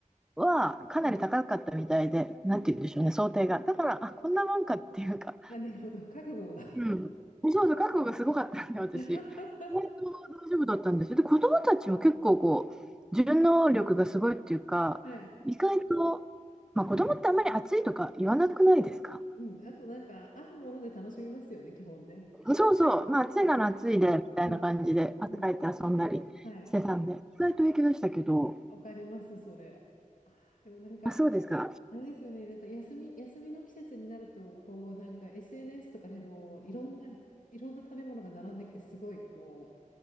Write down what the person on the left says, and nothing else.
うん。あ、なるほど。覚悟が。
<laughs>
はい。
うん。あとなんか、あるもので楽しみますよね、基本ね。
うん、
うん、
うん。はい。
わかります、それ。あーでもなんか、
あれですよね、なんか休み、休みの季節になると、こう、なんか SNS とかでも、いろんな、いろんな食べ物が並んできて、すごい、こ